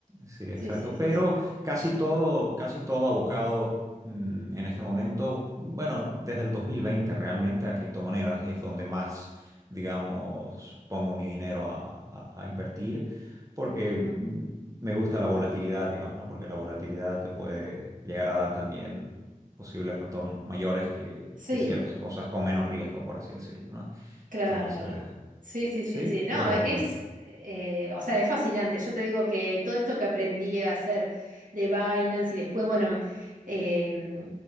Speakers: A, on the right; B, on the right.
A: sí, exacto.
B: Sí, sí, sí,
A: Pero
B: sí.
A: casi todo, casi todo abocado mm, en este momento, bueno, desde el 2020 realmente a criptomonedas es donde más, digamos, pongo mi dinero a, a- a invertir, porque
B: Ujú.
A: mm, me gusta la volatilidad, digamos, ¿no? Porque la volatilidad te puede llegar a dar también posibles retornos mayores que,
B: Sí,
A: que ciertas cosas con menos riesgo, por así decirlo, ¿no?
B: Claro.
A: Entonces,
B: Sí, sí,
A: sí,
B: sí, sí. No,
A: pero...
B: es,
A: mm,
B: eh, o sea, es fascinante. Yo te digo que todo esto que aprendí a hacer de Binance y después, bueno, eh,